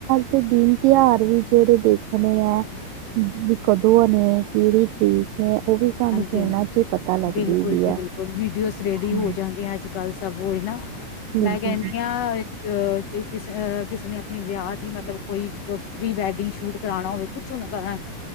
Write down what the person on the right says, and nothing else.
ਤੇ ਦਿਨ ਤਿਉਹਾਰ ਵੀ ਜਿਹੜੇ ਦੇਖਣੇ ਐ। ਵੀ ਕਦੋ ਨੇ ਕੀਹਰੀ ਤਰੀਕ, ਨੇ ਉਹ ਵੀ ਸਾਨੂੰ
ਫੋਨਾਂ ਚ ਹੀ ਪਤਾ ਲੱਗਦੀ
ਹੈਗੀ
ਹੈ
ਹਾਂ
ਬਿਲਕੁਲ